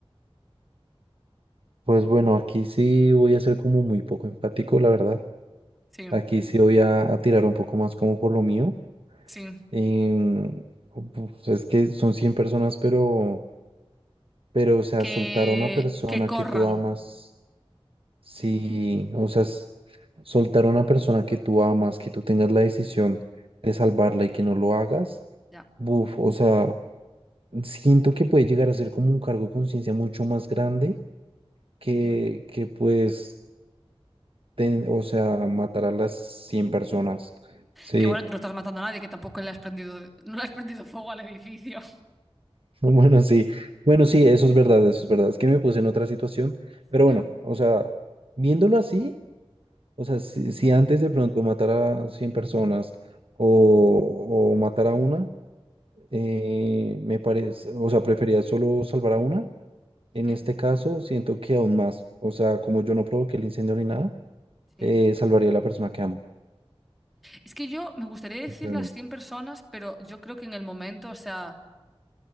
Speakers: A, on the right; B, in the centre.
A: pues bueno, aquí sí voy a ser como muy poco empático, la verdad.
B: Sí,
A: Aquí sí voy a, a tirar un poco más como por lo mío.
B: sí.
A: Em, pues es que son 100 personas, pero, pero, o sea,
B: Que,
A: soltar a una persona
B: que corran.
A: que tú amas Sí,
B: Sí,
A: o sea, es- soltar a una persona que tú amas, que tú tengas la decisión de salvarla y que no lo hagas,
B: ya.
A: buf, o sea, siento que puede llegar a ser como un cargo de conciencia mucho más grande que,
B: Sí.
A: que pues, ten- o sea, matar a las 100 personas. Sí,
B: Que bueno, tú no estás matando a nadie, que tampoco le has prendido, no le has prendido fuego al edificio.
A: <laughs> bueno, sí, bueno, sí, eso es verdad, eso es verdad. Es que me puse en otra situación,
B: Sí,
A: pero
B: claro.
A: bueno, o sea, viéndolo así. O sea, si, si antes de pronto matara a 100 personas o, o matar a una, eh, me parece, o sea, prefería solo salvar a una.
B: Sí,
A: En este caso, siento que aún más. O sea, como yo no provoqué el incendio ni nada,
B: sí.
A: eh, salvaría a la persona que amo,
B: Es que yo me gustaría
A: sinceramente.
B: decir las 100 personas, pero yo creo que en el momento, o sea,